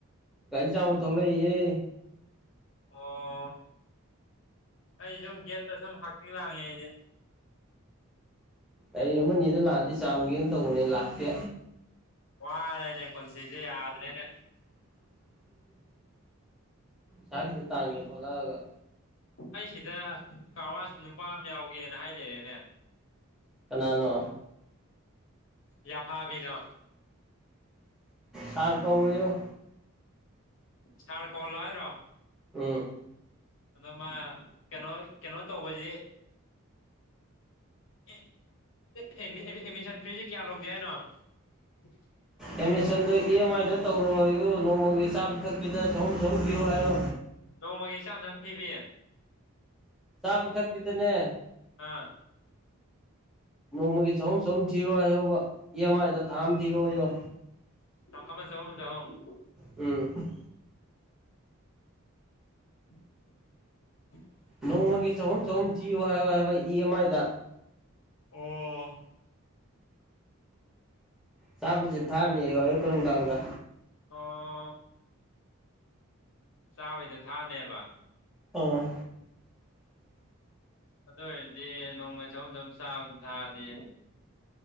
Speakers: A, in the centre; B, on the left (about 60°).
A: ꯒꯥꯔꯤ ꯆꯥꯕ ꯊꯧ ꯂꯩꯌꯦ
B: ꯑꯣ ꯑꯩ ꯁꯨꯝ ꯒꯦꯠꯇ ꯁꯨꯝ ꯍꯛꯆꯤ ꯂꯥꯡꯉꯦ ꯑꯩꯗꯤ
A: ꯒꯥꯢ ꯑꯃꯅꯤꯗ ꯂꯥꯛꯑꯗꯤ ꯆꯥꯝꯒꯦꯅ ꯇꯧꯕꯅꯦ ꯂꯥꯛꯇꯦ
B: ꯋꯥꯔꯦꯅꯦ ꯄꯨꯟꯁꯤꯖꯦ ꯌꯥꯗ꯭ꯔꯦꯅꯦ
A: ꯆꯈꯤꯗ ꯇꯅꯤꯒꯤ ꯊꯣꯂꯒ
B: ꯑꯩꯁꯤꯗ ꯀꯔꯋꯥꯁꯇ ꯅꯨꯄꯥ ꯑꯃ ꯌꯥꯎꯒꯦꯅ ꯍꯥꯏ ꯂꯩꯔꯦꯅꯦ
A: ꯀꯅꯥꯅꯣ
B: ꯌꯥꯐꯥꯕꯤꯗꯣ
A: ꯁꯥꯔ ꯇꯧ <unintelligible>
B: ꯁꯥꯔ <unintelligible> ꯍꯥꯏꯔꯣ
A: ꯎꯝ
B: ꯑꯗꯣ ꯃꯥ ꯀꯩꯅꯣ ꯀꯩꯅꯣ ꯇꯧꯕꯁꯤ <unintelligible> ꯑꯦꯃꯤꯁꯟ ꯐꯔꯤꯁꯤ ꯀꯌꯥ ꯂꯧꯁꯤ <unintelligible> <inaudible>
A: ꯑꯦꯃꯤꯁꯟꯗꯨ ꯏ ꯑꯦꯝ ꯑꯥꯏꯗ ꯇꯧꯔꯣ ꯅꯣꯡꯃꯒꯤ ꯆꯥꯕ ꯊꯛꯄꯤꯗ ꯁꯣꯝ ꯁꯣꯝ ꯄꯤꯔꯣ ꯍꯥꯏꯌꯣ
B: ꯅꯣꯡꯃꯒꯤ ꯆꯥꯝ ꯆꯝ ꯊꯤꯕꯤ
A: ꯆꯥ ꯄꯤ ꯊꯛꯄꯤꯗꯅꯦ
B: ꯑꯥ
A: ꯅꯣꯡꯃꯒꯤ ꯆꯍꯨꯝ ꯆꯍꯨꯝ ꯊꯤꯔꯣ ꯍꯥꯏꯌꯣꯕ ꯏ ꯑꯦꯝ ꯑꯥꯏꯗ ꯊꯥ ꯑꯃ ꯊꯤꯔꯣꯑꯣ
B: <unintelligible>
A: ꯎꯝ
B: <inaudible>
A: ꯅꯣꯡꯃꯒꯤ ꯆꯍꯨꯝ ꯆꯍꯨꯝ ꯊꯤꯌꯨ ꯍꯥꯏꯌꯨ ꯍꯥꯏꯕ ꯏ ꯑꯦꯝ ꯑꯥꯏꯗ
B: ꯑꯣ
A: ꯆꯥꯕꯁꯤ ꯊꯥꯅꯤ <unintelligible> ꯅꯨꯡꯗꯥꯡꯒ
B: ꯑꯣ ꯆꯥꯕꯩꯗ ꯊꯥꯅꯦꯕ
A: ꯑꫭ
B: ꯑꯗꯨ ꯑꯣꯏꯔꯗꯤ ꯅꯣꯡꯃꯩ <unintelligible> ꯆꯥꯕ ꯊꯥꯔꯗꯤ